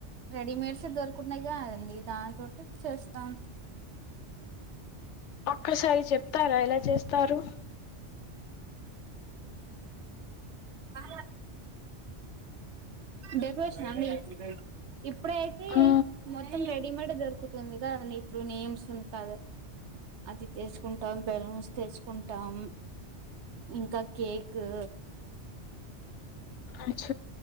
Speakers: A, on the right; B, on the left.
A: రెడీమేడ్స్ దొరుకుతున్నాయి కాదండి దాని తోనే చేస్తాం
B: ఒక్కసారి చెప్తారా ఎలా చేస్తారు
A: అ డెకరేషన్ అండి ఇప్పుడైతే
B: ఆ
A: మొత్తం రేట్ డిమాండ్ దొరుకుతుందిగా ఇప్పుడు నేమ్స్ ఉన్ కాదు అది తెచ్చుకుంటాం బెలూన్స్ తెచ్చుకుంటాం ఇంకా కేకు
B: అచ్చ